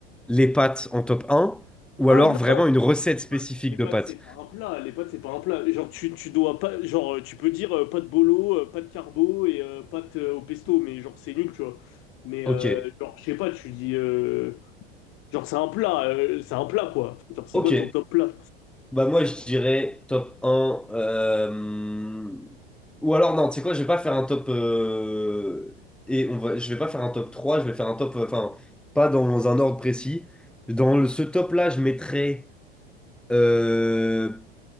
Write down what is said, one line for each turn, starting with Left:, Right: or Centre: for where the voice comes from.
Centre: les pâtes en top 1 ou
Left: Ah
Centre: alors
Left: non!
Centre: vraiment une recette
Left: Mais les
Centre: spécifique
Left: pâtes, les pâtes,
Centre: de pâtes?
Left: c'est pas un plat, les pâtes c'est pas un plat. Genre, tu, tu dois pas. Genre, euh, tu peux dire euh, pâtes bolo, euh, pâtes carbo et euh, pâtes euh, au pesto, mais genre c'est nul, tu vois. Mais
Centre: Ok,
Left: euh, genre, je sais pas, tu dis. euh, Genre, c'est un plat, euh, c'est un plat, quoi. Genre, c'est
Centre: ok.
Left: quoi ton top plat?
Centre: Bah moi je dirais top 1. euh, Ou alors non, tu sais quoi, je vais pas faire un top... euh, Et on va... je vais pas faire un top 3, je vais faire un top... euh, Enfin, pas dans un ordre précis. Dans le- ce top-là, je mettrais... euh,